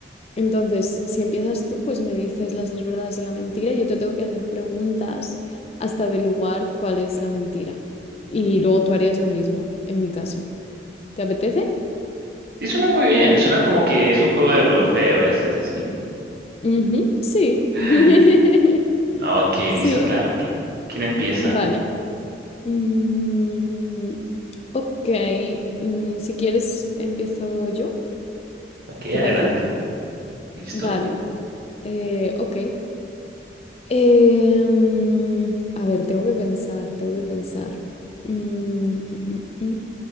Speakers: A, on the left (about 35°); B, on the right (about 55°).
A: Entonces, si empiezas tú, pues me dices las dos verdades y la mentira, y yo te tengo que hacer preguntas hasta averiguar cuál es la mentira. Y luego tú harías lo mismo, en mi caso. ¿Te apetece?
B: Sí, suena muy bien. Suena como que es un juego de blofeo, ¿es, es así?
A: Ujú, sí.
B: Ah,
A: <laughs>
B: Ok,
A: Sí,
B: listo, claro. que ¿Quién empieza?
A: Vale. Mm, ok. Mm, si quieres, empiezo yo,
B: Ok,
A: ¿te
B: adelante.
A: parece?
B: Listo.
A: Vale. Eh, ok. Em, a ver, tengo que pensar, tengo que pensar. Mm, mm, mm,